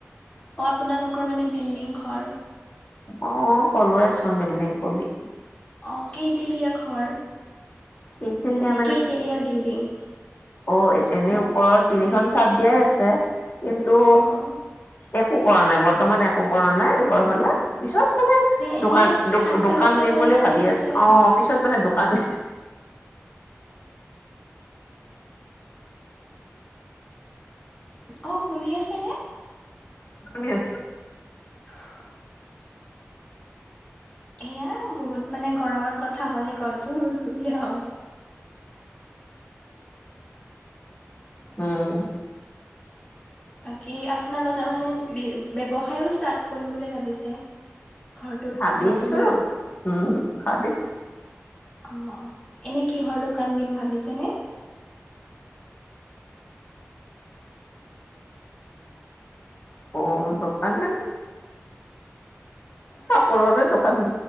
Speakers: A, on the left (about 25°); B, on the left (about 40°).
A: অ', আপোনালোকৰ মানে বিল্ডিং ঘৰ?
B: অ', ক'লোয়েচোন বিল্ডিং বুলি।
A: অ', কেইটেলীয়া ঘৰ
B: সেইখিনি
A: মানে
B: দিয়া
A: কেইটেলীয়া বিল্ডিং?
B: অ', এনেই ওপৰত তিনিখন চাট দিয়াই আছে। কিন্তু
A: অ'।
B: একো কৰা নাই বৰ্তমান একো কৰা নাই ঘৰ ফালে। পিছত মানে
A: এনেই
B: দোকান
A: সাধ্যহতে
B: দোকান দিম
A: কৰি
B: বুলি
A: থৈ
B: ভাবি
A: দিছে
B: আছো
A: আৰু
B: অ' পিছত মানে দোকান
A: অ', শুনি আছে নে?
B: শুনি আছো।
A: <inaudible> এয়া বহুত মানে গৰমত কথা ক'লে গলটো সুৰ সুৰীয়া হয়।
B: উম।
A: বাকী আপোনালোকে মানে ব্যৱসায়ো ষ্টাৰ্ট কৰিম বুলি ভাবিছে? ঘৰটোত
B: ভাবিছো
A: ঘৰটো লৈ
B: উম ভাবিছো।
A: অ', এনে কিহৰ দোকান দিম ভাবিছেনে?
B: অ', দোকান ন কাপোৰৰে দোকান